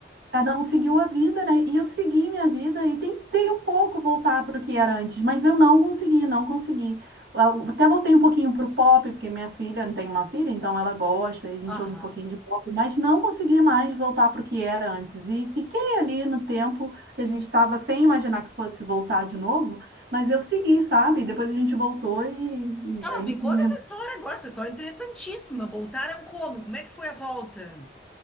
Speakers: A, on the right; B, in the centre.
A: Cada um seguiu a vida, né? E eu segui minha vida e tentei um pouco voltar para o que era antes, mas eu não consegui, não consegui. Eu Até voltei um pouquinho para o pop, porque minha filha tem uma filha, então ela gosta, e a gente
B: Aham.
A: ouve um pouquinho de pop, mas não consegui mais voltar para o que era antes. E fiquei ali no tempo que a gente estava sem imaginar que fosse voltar de novo, mas eu segui, sabe? Depois a gente voltou e,
B: Tá,
A: e
B: mas
A: aí
B: me conta
A: minha
B: essa história agora. Essa história é interessantíssima. Voltaram como? Como é que foi a volta?